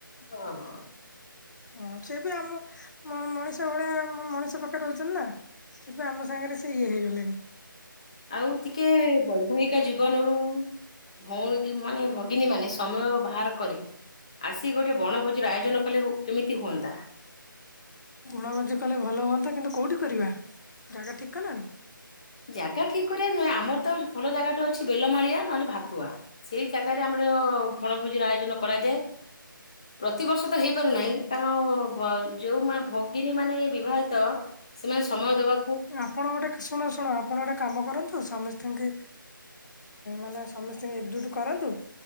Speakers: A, on the left (about 15°); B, on the left (about 55°).
A: ହଁ ହଁ।
B: ହୁଁ ସେ ବି ଆମ ମ ମଣିଷ ଭଳିଆ ମ ମଣିଷ ପାଖରେ ରହୁଚନ୍ତି ନା। ସେଥି ପାଇଁ ଆମ ସାଙ୍ଗରେ ସେ ଇଏ ହେଇଗଲେଣି।
A: ଆଉ ଟିକେ ବୈବାହିକ ଜୀବନରୁ ଭଉଣୀ ମାନେ ଭଗିନୀ ମାନେ ସମୟ ବାହାର କରି ଆସିକି ଗୋଟେ ବଣଭୋଜିର ଆୟୋଜନ କଲେ ହୁ କେମିତି ହୁଅନ୍ତା।
B: ବଣଭୋଜି କଲେ ଭଲ ହୁଅନ୍ତା କିନ୍ତୁ କୋଉଠି କରିବା ଜାଗା ଠିକ୍ କଲଣି।
A: ଜାଗା ଠିକ୍ କରିବା ନୁହେଁ ଆମର ତ ଭଲ ଜାଗାଟେ ଅଛି ବେଲମାଳିଆ ନହେଲେ ଭାତୁଆ। ସେଇ ଜାଗାରେ ଆମର ବଣଭୋଜିର ଆୟୋଜନ କରାଯାଏ ପ୍ରତିବର୍ଷ ତ ହେଇପାରୁନାହିଁ। କାରଣ ଭ ଯୋଉମା ଭଗିନୀ ମାନେ ବିବାହିତ ସେମାନେ ସମୟ ଦେବା
B: ଆପଣ ଗୋଟେ କ ଶୁଣ ଶୁଣ ଆପଣ ଗୋଟେ କାମ କରନ୍ତୁ ସମିସ୍ତିଙ୍କି ମାନେ ସମସ୍ତିଙ୍କି ଏକଜୁଟ କରନ୍ତୁ।